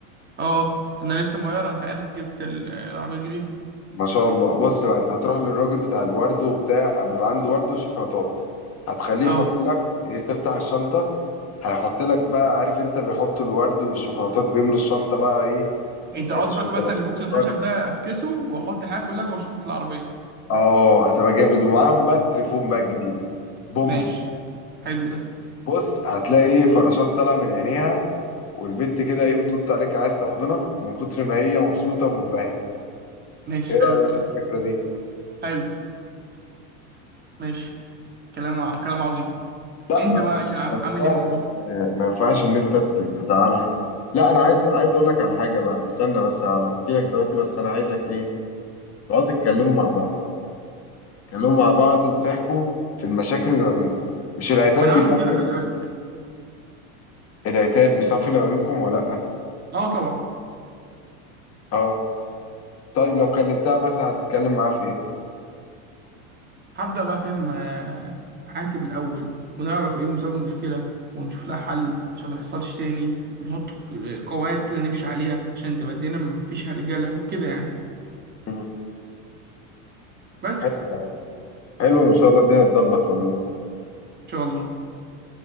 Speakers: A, on the right; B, on the left.
A: اه انا لسه مغير انت عارف جبت ال- العربيه الجديده
B: ما شاء الله بص بقى انت هتروح للراجل بتاع الورد وبتاع بيبقى عنده ورد وشوكولاتات هتخليه
A: اه
B: يحط لك تفتح الشنطه هيحط لك بقى عارف انت بيحطوا الورد والشوكولاتات بيملوا الشنطه بقى ايه
A: انت
B: آه،
A: قصدك
B: شوكولاتات
A: مثلا البوكس الخشب
B: ورد
A: ده افكسه واحط الحاجه كلها جوه شنطه العربيه
B: اه هتبقى جامد ومعاهم بقى التليفون بقى الجديد بوم
A: ماشي حلو ده
B: بص هتلاقي ايه فراشات طالعه من عينيها والبت كده ايه بتنط عليك عايز تحضنك من كتر ما هي مبسوطة ومنبهرة
A: ماشي
B: ايه رأيك
A: حلو الكلام
B: في الفكرة دي؟
A: حلو ماشي كلام ع- كلام عظيم
B: لا
A: انت
B: ما
A: بقى ايه عام-
B: ما
A: عامل
B: ينفعش
A: ايه مع مراتك
B: آه، ما ينفعش ان انت ت- تزعلها لا انا عايز عايز اقول لك على حاجة بقى استنى بس هحكي لك دلوقتي بس انا عايزك ايه تقعدوا تتكلموا مع بعض تتكلموا مع بعض وتحكوا في المشاكل اللي ما بينكم مش العتاب
A: ما انا
B: بيصفي
A: هعمل كده خلي بالك
B: العتاب بيصفي اللي ما بينكم ولا لا
A: اه طبعا
B: اه طيب لو كلمتها مثلا هتتكلم معاها في ايه؟
A: هبدأ بقى فاهم آه، عاتب الاول ونعرف ايه مسبب المشكلة ونشوف لها حل عشان ما تحصلش تاني ونحط ق- قواعد كده نمشي عليها عشان تبقى الدنيا ما فيش هرجلة وكده يعني
B: مم.
A: بس
B: حلو حلو ان شاء الله الدنيا تظبط ما بينكم
A: ان شاء الله